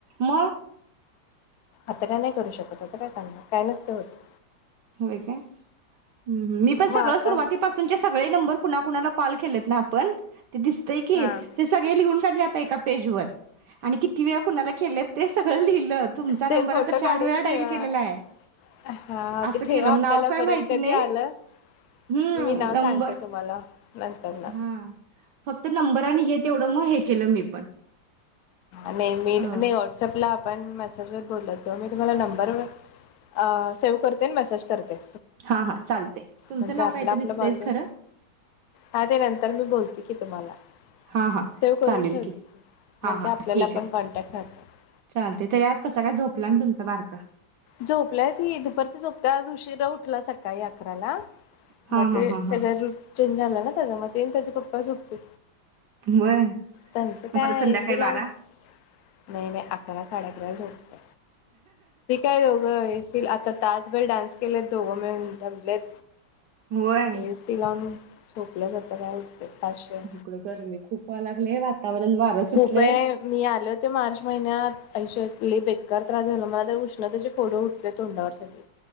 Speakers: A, on the right; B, on the left.
A: म.
B: आता काय नाही करू शकत आता काय करणार काय नसत होत.
A: होय काय - हम्म हम्म मी पण
B: मग
A: सगळं
B: आता
A: सुरुवातीपासूनचे सगळे नंबर कुणा कुणाला - कॉल केलेत ना आपन- ते दिसतय की
B: हा
A: ते सगळे लिहून काढले एका पेज वर आणि किती वेळा कुणाला केलेत ते सगळं लिहिलं तुमचा नंबर
B: ते फोटो
A: आता चार
B: काढून
A: वेळा डाईल
B: ठेवा
A: केलेलाय.
B: हा
A: सेव
B: ते ठेवा
A: केल
B: आपल्याला
A: नाव काय
B: परत
A: माहिती
B: कधी
A: नाही
B: आलं
A: हम्म
B: मी नाव
A: नंबर.
B: सांगते तुम्हाला नंतर न
A: हा फक्त नंबर आणि हे तेवढं मग हे केलं मी पण
B: नाही मी
A: अ
B: नाही व्हॉट्सअपला पण मेसेजवर बोलत जाऊ मी तुम्हाला नंबर अ सेव करत- ते मॉसेज करते.
A: हा हा चालते तुमचं
B: म्हणजे
A: नाव
B: आपलं
A: काय
B: आपल
A: तर दिसतंयच
B: बॉडिंग
A: खरं
B: हा ते नंतर मी बोलते तुम्हाला.
A: हा हा
B: सेव करून
A: चालेल
B: ठेवते की
A: हा
B: म्हणजे
A: हा
B: आपल्याला
A: ठीके
B: पण कॉन्टॅक्ट राहतो
A: चालते तरी आज कस काय झोपला तु बारका.
B: झोपलाय की दुपारचा झोपताय आज उशीरा उठला सकाळी अकराला
A: हा
B: मग ते
A: हा हा
B: सगळ
A: हा
B: रूट चेंज झाला ना. मग तेन त्याचे पपा झोपते.
A: होय
B: त्यांचं काय
A: परत संध्याकाळी
B: एसी
A: बारा
B: लावून नाही नाही अकरा साडे अकराला झोपत. दोघं ये <inaudible> आता <unintelligible> डान्स केलेत दोघ मिळुन दमलेत.
A: होय
B: ऐ सी लाउन. झोपल्या जात. <unintelligible> पाचशे
A: इकडे गरमी खूप व्हाय लागले वातावरण वारं सुटलंय
B: खूपये मी आले होते मार्च महिन्यात ऐश <unintelligible> लइ बेकार त्रास झा मला त्या उष तेचे फोड उठले तोंडावर सगळे.